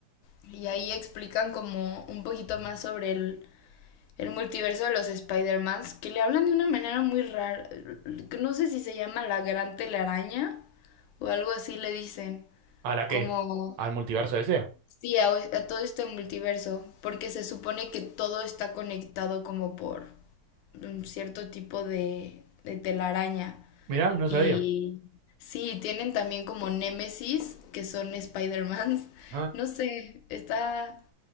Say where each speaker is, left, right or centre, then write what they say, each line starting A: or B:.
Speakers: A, on the left; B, on the right.
A: y ahí explican como un poquito más sobre el, el multiverso de los Spider-Mans, que le hablan de una manera muy rara. No sé si se llama la gran telaraña o algo así le dicen.
B: ¿A la
A: Como
B: qué? ¿Al multiverso ese?
A: sí, a, a todo este multiverso, porque se supone que todo está conectado como por un cierto tipo de, de telaraña.
B: Mirá, no sabía.
A: Y sí, tienen también como némesis, que son Spider-Mans.
B: Ah.
A: No sé, está,